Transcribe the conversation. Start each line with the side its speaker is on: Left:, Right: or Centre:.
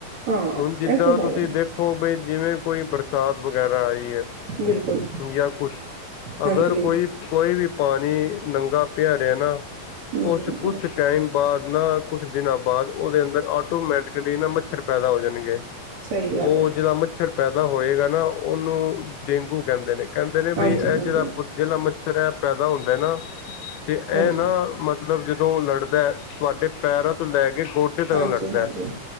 Right: ਹਾਂ
Left: ਹੁਣ ਜਿੱਦਾਂ
Right: ਇਹ ਤੇ ਹੈ
Left: ਤੁਸੀਂ ਦੇਖ ਦੇਖੋ ਬਈ ਜਿਵੇਂ ਕੋਈ ਬਰਸਾਤ ਵਗੈਰਾ ਆਈ ਐ,
Right: ਬਿਲਕੁਲ
Left: ਯਾ ਕੁਛ-
Right: ਹਾਂਜੀ
Left: ਅਗਰ ਕੋਈ-ਕੋਈ ਵੀ ਪਾਨੀ ਨੰਗਾ ਪਿਆ ਰਿਹਾ ਨਾ,
Right: ਹਮ
Left: ਉਸ ਕੁਛ ਟਾਈਮ ਬਾਅਦ ਨਾ, ਕੁਛ ਦਿਨਾਂ ਬਾਅਦ ਉਹਦੇ ਅੰਦਰ ਆਟੋਮੈਟਿਕਲੀ ਨਾ ਮੱਛਰ ਪੈਦਾ ਹੋ ਜਾਣਗੇ,
Right: ਸਹੀ
Left: ਉਹ
Right: ਗੱਲ ਹੈ
Left: ਜੇੜਾ ਮੱਛ ਮੱਛਰ ਪੈਦਾ ਹੋਏਗਾ ਨਾ, ਉਹਨੂੰ ਡੇਂਗੂ ਕਹਿੰਦੇ ਨੇ। ਕਹਿ-ਕਹਿੰਦੇ ਬੀ
Right: ਹਾਂਜੀ
Left: ਐ,
Right: ਹਾਂਜੀ
Left: ਜਿਹੜਾ-ਜੇਲਾ ਮੱਛਰ ਐ ਪੈਦਾ ਹੁੰਦਾ ਨਾ, ਤੇ
Right: ਹਾਂਜੀ
Left: ਇਹ ਨਾ ਮ ਮਤਲਬ ਜਦੋਂ ਉਹ ਲੜਦਾ, ਤੁਹਾਡੇ ਪੈਰਾਂ ਤੋਂ ਲੈਕੇ ਗੋਡੇ ਤਕ
Right: ਹਾਂਜੀ
Left: ਲੜਦਾ
Right: ਹਾਂਜੀ
Left: ਐ।